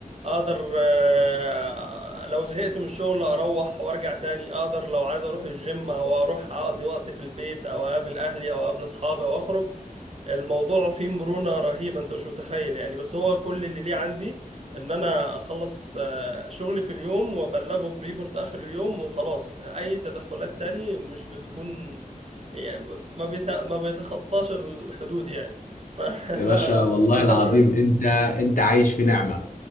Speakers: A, on the right; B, on the left.
A: اقدر آه، لو زهقت من الشغل اروح وارجع تاني اقدر لو عايز اروح الجيم او اروح اقضي وقت في البيت او اقابل اهلي او اقابل اصحابي او اخرج الموضوع فيه مرونة رهيبة انت مش متخيل يعني بس هو كل اللي ليه عندي ان انا اخلص شغلي في اليوم وابلغه بريبورت اخر اليوم وخلاص اي تدخلات تاني مش بتكون يعني ما بيت... ما بيتخطاش الحدود يعني فلا
B: يا باشا
A: <laughs> انا في
B: والله
A: في الحته
B: العظيم
A: دي.
B: انت انت عايش في نعمة